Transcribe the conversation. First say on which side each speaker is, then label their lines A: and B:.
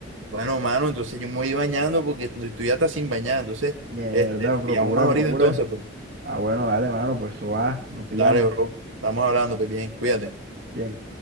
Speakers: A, on the right (about 75°); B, on the right (about 50°).
A: Bueno, mano, entonces yo me voy bañando porque tú tú ya estás sin bañar. Entonces,
B: Mierda,
A: este, nos
B: procura,
A: pillamos más ahorita
B: procura.
A: entonces, pues.
B: Ah, bueno, dale, mano, pues eso va, nos pillamos.
A: Dale, bro. Estamos hablando, pues bien, cuídate.
B: Bien.